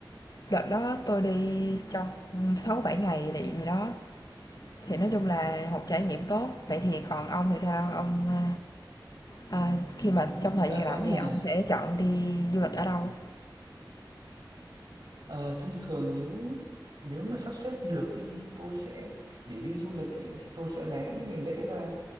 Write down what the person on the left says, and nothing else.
đợt đó tôi đi trong sáu bảy ngày gì đó, thì nói chung là một trải nghiệm tốt. Vậy thì còn ông thì sao? Ông, ơ, ờ, khi mà trong thời
gian
rảnh
thì ông sẽ chọn đi du lịch ở đâu?